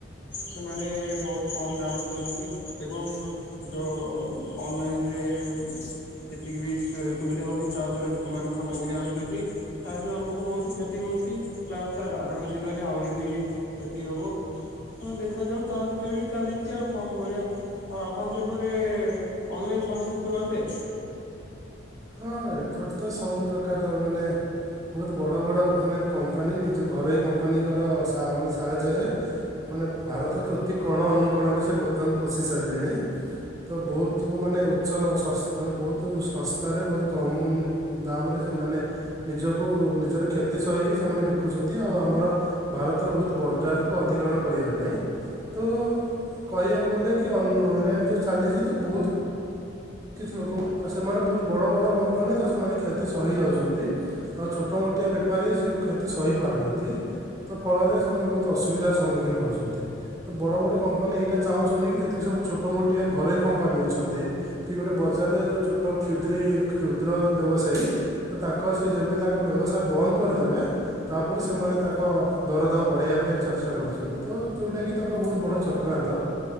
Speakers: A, on the left (about 65°); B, on the right (about 15°).
A: ସେମାନେ ବହୁତ କମ ଦାମରେ ଦଉଛନ୍ତି ଏବଂ ଯଉ ଅନଲାଇନ ରେ ଯେତିକି ବି ସୁ ସୁବିଧା ହଉଛି ତା ଦ୍ଵାରା ଲୋକମାନେ ସାମଗ୍ରୀ ଆଣୁଛନ୍ତି। ତାହିରୁ ଆମକୁ ବହୁତ କ୍ଷତି ହଉଛି ଲାଗ ଚି ଆଗା ଆଗାମୀ ଦିନରେ ଆହୁରି ବି କ୍ଷତି ହବ। ହଁ ଦେଖାଯାଉ ତା ଭିତରେ ବି ଚାଲିଛି ଆଉ କଣ କରିବା! ଆଉ ଆପଣଙ୍କ ସେପଟେ ଅନଲାଇନ ସାମଗ୍ରୀ ସବୁ ଆସେ।
B: ହଁ ଏପଟେ ତ ସବୁ ପ୍ରକାରର ମାନେ ବହୁତ ବଡ଼ ବଡ଼ ମାନେ କମ୍ପାନୀ ନିଜ ଘରୋଇ କମ୍ପାନୀଙ୍କର ସା ମାନେ ସାହାଯ୍ୟରେ ମାନେ ଭାରତର ପ୍ରତି କୋଣ ଅନୁକୋଣରେ ସେ ବର୍ତ୍ତମାନ ପଶି ସାରିଲେଣି। ତ ବହୁତ ମାନେ ଉଚ୍ଚ ଶଶ୍ ମାନେ ବହୁତ ଶଶ୍ ତାରେ ବହୁତ କମ୍ ନେ ଦାମରେ ସେମାନେ ନିଜକୁ ନିଜର କ୍ଷତି ସହିକି ସେମାନେ ବିକୁଛନ୍ତି ଆଉ ଆମର ଭାରତର ବହୁତ ବର୍ଜାରକୁ ଅଧିକରଣ କରିବା ପାଇଁ। ତ କହିବାକୁ ଗଲେ କି ଅନ୍ ଅନଲାଇନ୍ ଯୋଉ ଚାଲିଛି ତ ବହୁତ କିଛି ଲୋକ ଆ ସେମାନେ ବହୁତ ବଡ ବଡ କମ୍ପାନୀ ତ ସେମାନେ କ୍ଷତି ସହିଯାଉଛନ୍ତି। ହଁ ଛୋଟ ମୋଟିଆ ବେପାରୀ ସେ କ୍ଷତି ସହି ପାରୁନାନ୍ତି। ତ ଫଳରେ ସେମାନେ ବହୁତ ଅସୁବିଧାର ସମ୍ମୁଖୀନ ହଉଛନ୍ତି। ତ ବଡ଼ ବଡ଼ କମ୍ପାନୀ ଏଇଟା ଚାହୁଁଛନ୍ତି କି ଯେତିକି ସବୁ ଛୋଟମୋଟିଆ ଘରୋଇ କମ୍ପାନୀ ଅଛନ୍ତି କି ଗୋଟେ ବଜାରରେ ଯୋଉ ଛୋଟ କ୍ଷୁଦ୍ରି କ୍ଷୁଦ୍ର ବ୍ୟବସାୟୀ ତ ତାଙ୍କର ସେ ଯେବେ ତାଙ୍କ ବ୍ୟବସାୟ ବନ୍ଦ କରିଦେବେ। ତାପରେ ସେମାନେ ତାଙ୍କ ଦରଦାମ ବଢ଼େଇବା ପାଇଁ ଚେଷ୍ଟା କରୁଛନ୍ତି ତ ଯୋଉଟାକି ତାଙ୍କ ବହୁତ ବଡ଼ ଚ କ୍ରାନ୍ତ